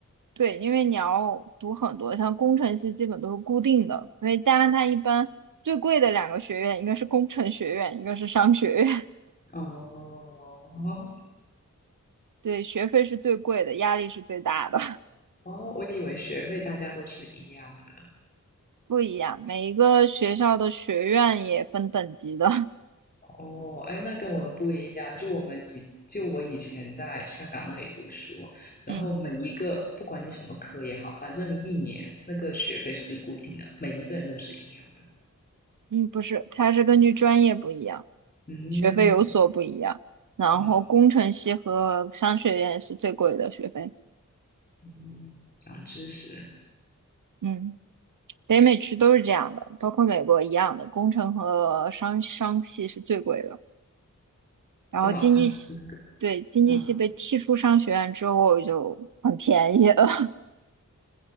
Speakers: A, on the right; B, on the left.
A: 对，因为你要读很多，像工程系基本都是固定的，所以加上它一般最贵的两个学院，一个是工程学院，一个是商学院，<laughs>
B: 哦，<laughs>
A: 对，学费是最贵的，压力是最大的，
B: 哦，我以为学费大家都是一样的。
A: <laughs> 不一样。每一个学校的学院也分等级的，
B: 哦，哎，那跟我们不一样，就我们以就我以前在香港那里读书，然后每一个不管你什么科也好，
A: <laughs> 嗯
B: 反正一年那个学费是固定的，每一个人都是一样的。
A: 嗯，不是，它是根据专业不一样，
B: 嗯
A: 学费有所不一样。然后工程系和商学院是最贵的学费，
B: 嗯嗯，长知识，
A: 嗯。北美区都是这样的，包括美国一样的，工程和商商系是最贵的。然后经济系，
B: 就好像是那个
A: 对，经济系被踢出商学院之后就很便宜了。
B: 啊，
A: <laughs>